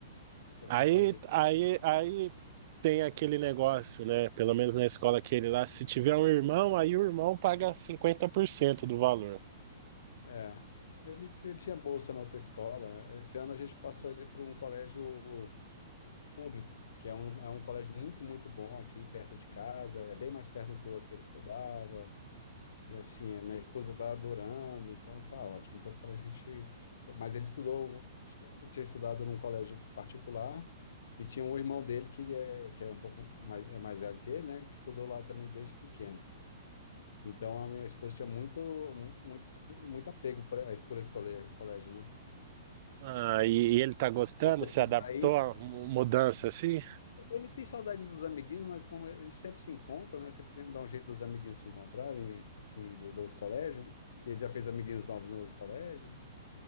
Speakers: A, on the left; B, on the right.
A: se eu
B: Aí,
A: for fazer.
B: aí, aí tem aquele negócio, né? Pelo menos na escola que ele lá, se tiver um irmão, aí o irmão paga 50% do valor.
A: É, ele, t- ele tinha bolsa na outra escola, esse ano a gente passou ele para um colégio público, que é um, é um colégio muito, muito bom aqui perto de casa, é bem mais perto do outro que ele estudava, E assim, a minha esposa tá adorando, então tá ótimo. Então, para a gente. Mas ele estudou, sempre tinha estudado num colégio particular, e tinha um irmão dele que é, que é um pouco mais, é mais velho que ele, né? Que estudou lá também desde pequeno. Então, a minha esposa tinha muito, mu- muito, muito apego pra, esse- por esse cole- colégio, né?
B: Ah, e, e ele tá gostando?
A: Quando teve
B: Se
A: que
B: adaptou
A: sair,
B: à mu- mudança assim?
A: ele tem saudade dos amiguinhos, mas como eles sempre se encontram, né? Sempre tem- dá um jeito dos amiguinhos se encontrarem, assim, do, do outro colégio. E ele já fez amiguinhos novos no outro colégio.